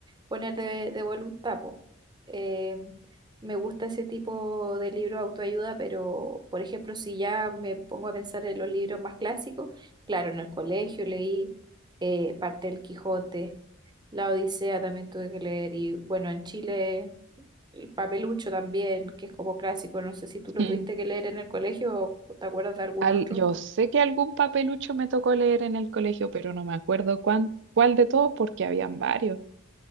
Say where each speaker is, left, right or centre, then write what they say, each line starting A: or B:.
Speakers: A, on the right (about 20°); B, on the right (about 60°).
A: poner de, de voluntad, po. Eh, me gusta ese tipo de libro de autoayuda, pero por ejemplo, si ya me pongo a pensar en los libros más clásicos, claro, en el colegio leí eh, parte del Quijote, La Odisea también tuve que leer y bueno, en Chile... El Papelucho también, que es como clásico, no sé si tú lo
B: Mm.
A: tuviste que leer en el colegio o te acuerdas de algún
B: Al-
A: otro.
B: yo sé que algún papelucho me tocó leer en el colegio, pero no me acuerdo cuán- cuál de todos porque habían varios.